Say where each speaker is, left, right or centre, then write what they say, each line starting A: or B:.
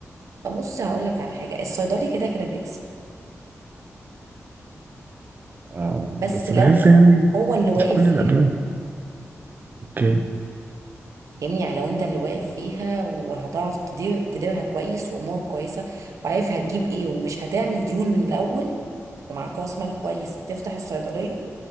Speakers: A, on the right; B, on the right.
A: فبص هقول لك على حاجه الصيدلي كده كده بيكسب
B: آه
A: بس
B: بس
A: لو
B: بحس يعني
A: هو اللي واقف
B: مش كل
A: فيها
B: الأدوية اوكي
A: فاهمني يعني لو انت اللي واقف فيها وهتعرف تدير تديرها كويس وامورك كويسه وعارف هتجيب ايه ومش هتعمل ديون من الاول ومعاك راس مال كويس تفتح الصيدليه